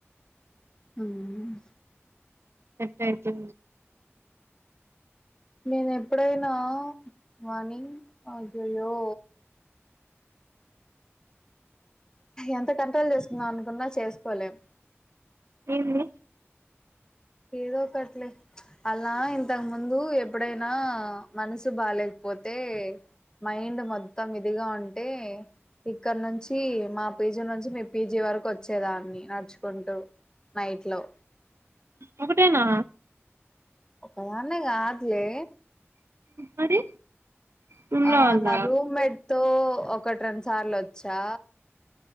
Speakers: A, on the left; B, on the right.
A: మ్
B: కట్ అయితే
A: మేం ఎప్పుడైనా మార్నింగ్ అ జయో ఎంత కంట్రోల్ చేసుకుందాం అనుకున్నా చేసుకోలేం
B: ఎమ్మే
A: ఏదో ఒకట్లే అలా ఇంతకు ముందు ఎప్పుడైనా మనసు బాేలేకపోతే మైండ్ మొత్తం ఇదిగా ఉంటే ఇక్కడి నుంచి మా పీజీ నుంచి మీ పీజీ వరకు వచ్చేదాన్ని నడుచుకుంటూ నైట్ లో
B: ఒకటేనా
A: ఒకదాన్నే కాదులే
B: మరి రూమ్లో
A: ఆ
B: వాళ్ళ
A: నా రూమ్మేట్ తో ఒకటి రెండు సార్లు వచ్చా